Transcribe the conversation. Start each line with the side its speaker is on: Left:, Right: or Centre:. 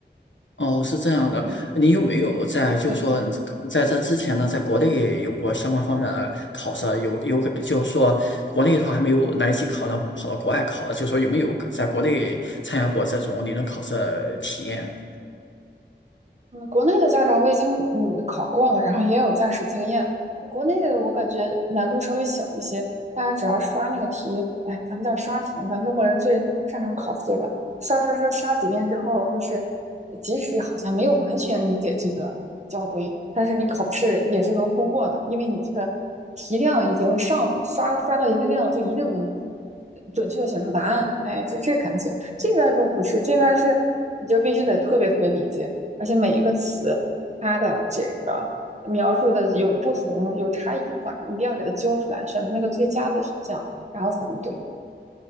Left: 哦，是这样的。
Right: 嗯，
Left: 你有没有在就是说这个在这之前呢，
Right: 对，
Left: 在国内有过相关方面的考试啊有有可就是说国内的话还没有来得及考，然后跑到国外考啊，就说有没有在国内参加过这种理论考试的体验呢？
Right: 嗯，国内的驾照我已经嗯考过了，然后也有驾驶经验。国内的我感觉难度稍微小一些，大家只要刷那个题，哎，咱们叫刷题咱中国人最擅长考试了。刷刷刷刷几遍之后，就是即使好像没有完全理解这个交规，但是你考试也是能通过的，因为你这个题量已经上刷刷到一定量，就一定能准确的选出答案。哎，就这感觉。这边儿就不是，这边儿是你就必须得特别特别理解。而且每一个词它的这个描述的有不同，有差异化，一定要给它揪出来，选出那个最佳的选项，然后才能对。